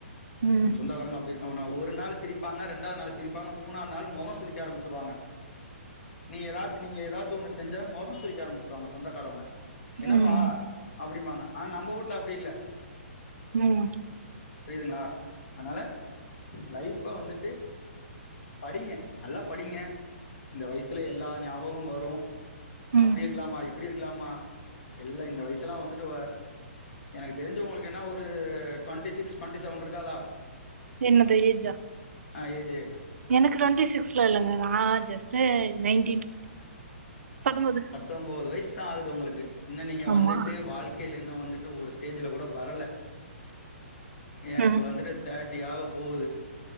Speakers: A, on the right; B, on the left.
A: ம்
B: நம்ம சொந்தகாரங்க அப்புடி இருக்க மாட் உரு ஒரு நாளு சிரிப்பாங்க ரெண்டாவது நாளு சிரிப்பங்க மூணா நாள் மொகோ சுலிக்க ஆரம்பிச்சிருவாங்க நீ ஏதாச் நீங்க ஏதாச் எதாச்சி ஒன்னு செஞ்சோ மொகோ சுழிக்க ஆரபிச்சிருவாங்க சொந்தக்காரவங்க என்னப்பா
A: ம்
B: அப்படிமாங்க ஆனா நம்ப வீட்ல அப்புடி இல்ல
A: ம் ம்
B: புரியுதுங்களா அதனால லைஃப வந்துட்டு படிங்க நல்லா படிங்க இந்த வயசுல எல்லா ஞாபகமு வரு
A: ம்
B: அப்டி இருக்கலாமா இப்டி இருக் இருக்லாமா இல்ல இந்த வயசு எல்லா வந்துட்டு எனக்கு தெரிஞ்ச உங்களுக்கு என்ன ஒரு ட்வெண்ட்டி சிக்ஸ் ட்வெண்ட்டி செவன் இருக்காதா
A: என்ன து ஏஜா
B: ஆ ஏஜி
A: எனக்கு ட்வெண்ட்டி சிக்ஸலா இல்லைங்க நா ஜஸ்ட் நைன்டீன் பத்தொம்போது
B: பத்தொன்பது வயசு தா ஆகுது உங்களுக்கு து இன்ன நீங்க
A: ஆமா
B: வந்துட்டு வாழ்க்கையில இன்னு வந்துட்டு ஒரு ஸ்டேஜ்ல கூட வரல எனக்கு
A: ம்
B: வந்துட்டு தேர்ட் டி ஆக போவுது